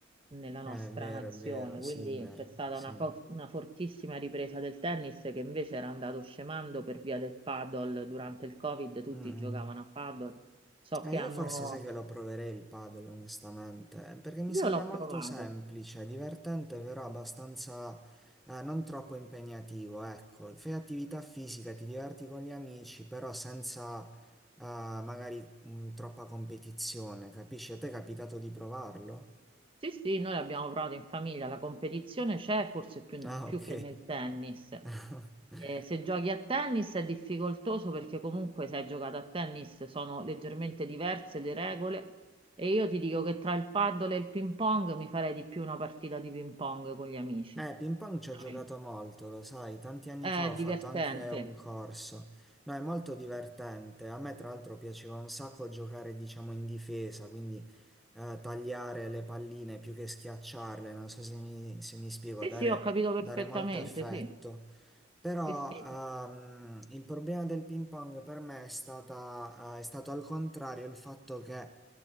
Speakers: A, on the right; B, in the centre.
A: nella
B: Eh,
A: nostra
B: È vero,
A: nazione,
B: è vero, Sinner,
A: quindi c'è stata
B: sì.
A: una, for- una fortissima ripresa del tennis che invece era andato scemando per via del paddle durante il Covid, tutti
B: Mm, mm.
A: giocavano a paddle, so
B: Eh,
A: che
B: io
A: hanno...
B: forse sai che lo proverei il padel, onestamente, perché mi sembra
A: Io l'ho
B: molto
A: provato,
B: semplice, divertente, però abbastanza eh, non troppo impegnativo, ecco. Fai attività fisica, ti diverti con gli amici, però senza eh, magari mh, troppa competizione, capisci? A te è capitato di provarlo?
A: sì sì, noi l'abbiamo provato in famiglia, la competizione c'è forse più
B: Ah,
A: più
B: ok.
A: che nel tennis.
B: <laughs>
A: Eh, se giochi a tennis è difficoltoso perché comunque se hai giocato a tennis sono leggermente diverse le regole e io ti dico che tra il paddle e il ping pong mi farei di più una partita di ping pong con gli amici.
B: Eh, ping pong ci ho giocato
A: veramente.
B: molto, lo sai, tanti anni
A: È
B: fa ho fatto
A: divertente.
B: anche un corso. No, è molto divertente. A me, tra l'altro, piaceva un sacco giocare, diciamo, in difesa, quindi eh, tagliare le palline più che schiacciarle, non so se mi, se mi spiego,
A: Sì,
B: dare,
A: sì, ho capito
B: dare
A: perfettamente,
B: molto effetto.
A: sì.
B: Però
A: Sì, sì.
B: ehm, il problema del ping pong per me è stata, eh, è stato al contrario il fatto che